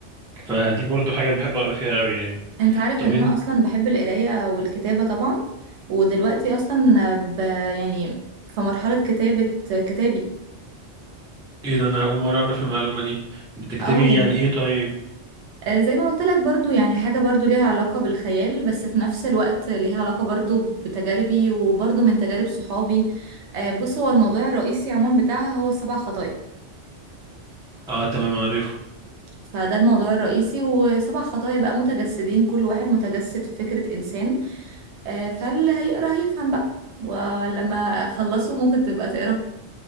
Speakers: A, in the centre; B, on the right (about 70°).
A: فدي برضه حاجة بحب أقرأ فيها أوي يعني
B: أنت عارف
A: طب
B: إن
A: أنت
B: أنا أصلا بحب القراية والكتابة طبعا ودلوقتي أصلا ب... يعني في مرحلة كتابة كتابي
A: إيه ده أنا أول مرة أعرف المعلومة دي بتكتبي
B: اه يعني
A: يعني إيه طيب؟
B: آه، زي ما قلت لك برضو يعني حاجة برضو ليها علاقة بالخيال بس في نفس الوقت ليها علاقة برضو بتجاربي وبرضو من تجارب صحابي آه، بص هو الموضوع الرئيسي عموما بتاعها هو السبع خطايا
A: آه تمام عارف.
B: فده الموضوع الرئيسي وسبع خطايا بقى متجسدين كل واحد متجسد في فكرة إنسان آه، فاللي هيقرأ هيفهم بقى ولما أخلصه ممكن تبقى تقرأ